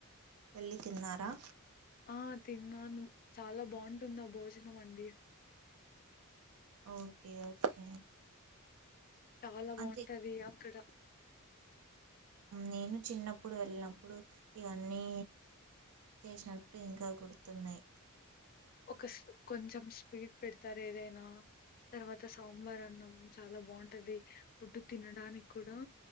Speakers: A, on the right (about 70°); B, on the left (about 40°).
A: వెళ్ళి తిన్నారా
B: ఆ తిన్నాను చాలా బాగుంటుంది ఆ భోజనం అండి
A: ఓకే ఓకే
B: చాలా బాగుంటది
A: అంతే
B: అక్కడ
A: నేను చిన్నప్పుడు వెళ్ళినప్పుడు ఇవన్నీ చేసినట్టు ఇంకా గుర్తున్నాయి
B: ఒక కొంచెం స్పీడ్ పెడతారు ఏదైనా తర్వాత సాంబార్ అన్నం చాలా బాగుంటది ఫుడ్డు తినడానికి కూడా